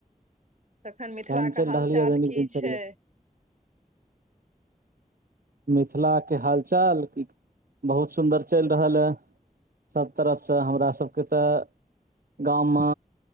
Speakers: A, on the right; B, on the right.
A: तखन
B: केहन
A: मिथिला
B: चलि
A: कऽ हाल
B: रहल
A: चाल
B: यऽ दैनिक
A: की
B: दिनचर्या
A: छै
B: मिथिलाके हाल चाल बहुत सुन्दर चलि रहल हय सब तरफ से हमरा सबके तऽ गाममे